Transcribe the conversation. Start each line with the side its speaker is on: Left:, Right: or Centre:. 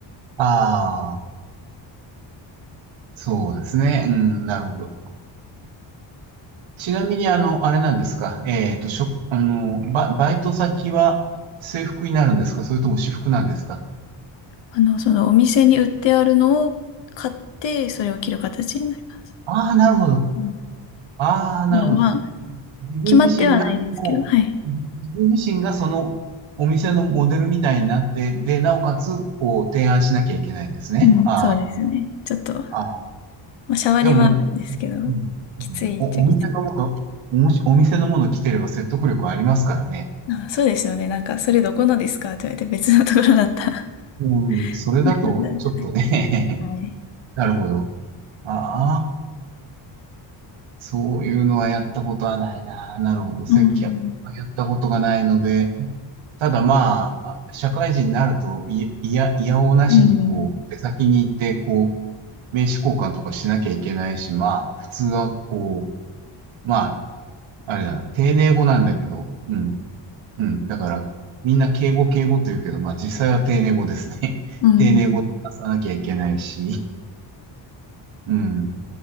Right: ああ、そうですね。うん、なるほど。ちなみに、あの、あれなんですか。えっと、しょ、あの、バ、バイト先は制服になるんですかそれとも私服なんですか
Left: あの、そのお店に売ってあるのを買って、それを着る形になります。
Right: ああー、なるほど。
Left: うん
Right: ああ、なるほど。
Left: だからまあ、
Right: 自分自身が、
Left: 決まってはないですけど、
Right: もう、
Left: はい。
Right: 自自分自身がそのお店のモデルみたいになって、で、なおかつ、こう、提案しなきゃいけないんですね。
Left: うん、
Right: あ
Left: そうですね。ちょっと、ま
Right: あ、ああ。
Left: あ、シャワリはあるんですけど、
Right: でも、まあ、うん、
Left: きついっちゃきつい。
Right: うんお、お店のもの、おもし、お店のもの来てれば説得力ありますからね。
Left: あ、そうですよね。なんか、それどこのですかって言われて別のところだったら、
Right: うん、それだと、
Left: <laughs> なんだろうじゃない。
Right: ちょっとね、<laughs>
Left: はい。
Right: なるほど。ああ。そういうのはやったことはないな。なるほど。接客はやったことがないので、
Left: うん。
Right: ただまあ、社会人になると、いいや、いやおうなしにこう、
Left: うん。
Right: 出先に行って、こう、名刺交換とかしなきゃいけないし、まあ、普通はこう、まあ、あれだな、丁寧語なんだけど、うん、うん。だから、みんな敬語敬語と言うけど、まあ実際は丁寧語ですね。
Left: うん。
Right: <laughs> 丁寧語で話さなきゃいけないし、うん。